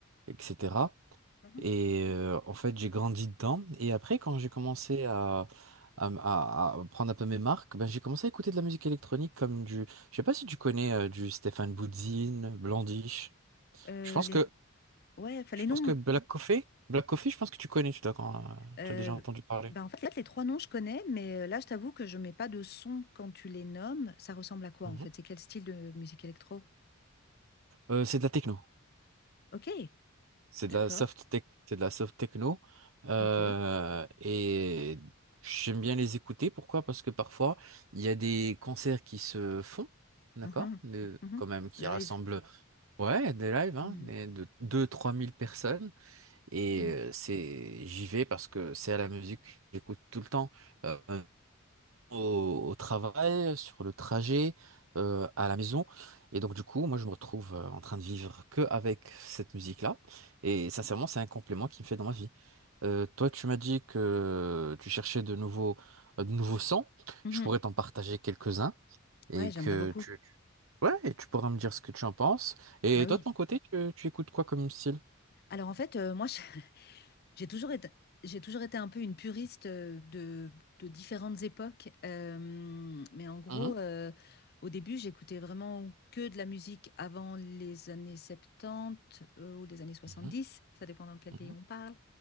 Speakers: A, on the right; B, on the left.
A: etc.
B: Mhm.
A: Et euh, en fait j'ai grandi dedans et après quand j'ai commencé à à, à- à prendre un peu mes marques, ben j'ai commencé à écouter de la musique électronique comme du, je sais pas si tu connais euh, du Stéphane Boudzine, Blondish.
B: Euh,
A: Je pense
B: les...
A: que
B: Ouais, enfin les
A: je pense
B: noms.
A: que Black Coffee, Black Coffee, je pense que tu connais, tu dois quand, euh,
B: euh,
A: tu as déjà entendu parler.
B: bah, en fait, les trois noms, je connais, mais euh, là, je t'avoue que je mets pas de son quand tu les nommes. Ça ressemble à quoi,
A: Mhm.
B: en fait? C'est quel style de musique électro?
A: Euh, c'est de la techno.
B: Ok.
A: C'est
B: D'accord.
A: de la soft tech, c'est de la soft techno. Euh,
B: Ok.
A: et j'aime bien les écouter. Pourquoi? Parce que parfois, il y a des concerts qui se font, d'accord?
B: Mhm.
A: De-
B: Mhm.
A: Quand même, qui
B: Live.
A: rassemblent, ouais, des lives, hein,
B: Mhm.
A: des- de deux trois mille personnes. Et
B: Mhm.
A: euh, c'est, j'y vais parce que c'est à la musique que j'écoute tout le temps. Euh, au, au travail, sur le trajet, euh, à la maison. Et donc, du coup, moi, je me retrouve euh, en train de vivre que avec cette musique-là. Et sincèrement, c'est un complément qui me fait dans ma vie. Euh, toi, tu m'as dit que tu cherchais de nouveaux, euh, de nouveaux sons.
B: Mhm.
A: Je pourrais t'en partager quelques-uns et
B: Ouais,
A: que
B: j'aimerais beaucoup.
A: tu, tu- ouais, et tu pourras me dire ce que tu en penses. Et
B: Bah oui.
A: toi, de ton côté, tu, tu écoutes quoi comme style?
B: Alors en fait, euh, moi, je- <laughs> j'ai toujours été, j'ai toujours été un peu une puriste euh, de, de différentes époques. Euh, mais en gros,
A: Mhm,
B: euh, au début, j'écoutais vraiment que de la musique avant les années 70 euh, ou les années 70.
A: mhm,
B: Ça dépend dans quel
A: mhm.
B: pays on parle.